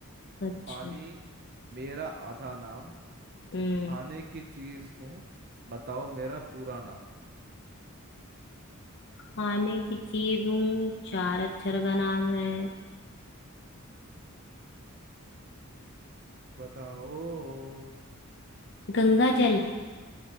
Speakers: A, on the left (about 55°); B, on the right (about 45°).
A: अच्छा
B: पानी मेरा आधा नाम
A: हम्म
B: खाने की चीज हूँ बताओ मेरा पूरा नाम
A: खाने की चीज हूँ चार अक्षर का नाम है
B: बताओ
A: गंगा जल